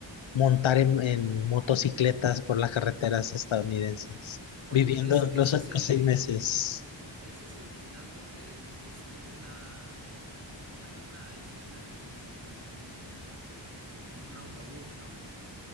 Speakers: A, on the left; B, on the right.
A: montar en, en motocicletas por las carreteras estadounidenses,
B: Oye,
A: viviendo
B: ese,
A: los
B: ese
A: otros
B: es el,
A: seis meses.
B: ese es el final donde es, es como una, hay una escena que están como en un, en un autobús, ¿no?